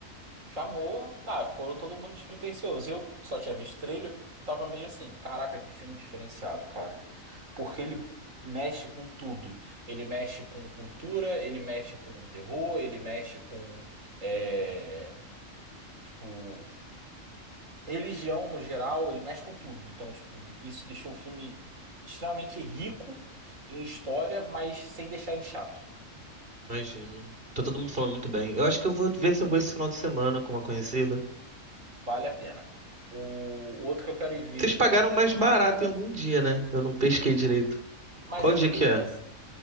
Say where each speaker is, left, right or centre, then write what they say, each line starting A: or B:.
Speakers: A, on the right (about 70°); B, on the right (about 45°).
A: Chamou, tá, foram todo mundo despretensioso. Eu só tinha visto trailer, tava meio assim, caraca, que filme diferenciado, cara. Porque ele mexe com tudo. Ele mexe com cultura, ele mexe com terror, ele mexe com, é, tipo, religião no geral, ele mexe com tudo. Então, tipo, isso deixou o filme extremamente rico em história, mas sem deixar ele chato.
B: Imagino. Tá todo mundo falando muito bem. Eu acho que eu vou ver se eu vou esse final de semana com uma conhecida.
A: Vale a pena. O outro que eu quero ir ver.
B: Vocês pagaram mais barato em algum dia, né? Eu não pesquei direito.
A: Mas
B: Qual
A: é
B: dia
A: porque,
B: que
A: tipo,
B: é?
A: assim,